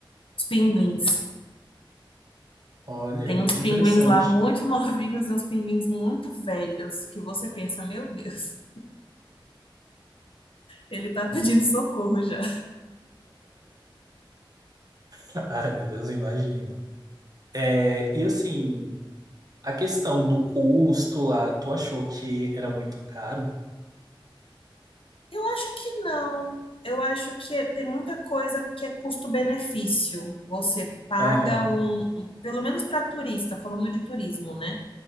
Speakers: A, on the left; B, on the right.
A: Os pinguins.
B: olha,
A: Tem uns
B: que
A: pinguins
B: interessante.
A: lá muito <laughs> novinhos e uns pinguins muito velhos, que você pensa, meu Deus, ele tá pedindo socorro já.
B: <laughs> Ai, meu Deus, imagino. É, e assim, a questão do custo lá, tu achou que era muito caro?
A: Eu acho que não. Eu acho que é- tem muita coisa que é custo-benefício. Você paga
B: Aham,
A: um, um- pelo menos para turista, falando de turismo, né?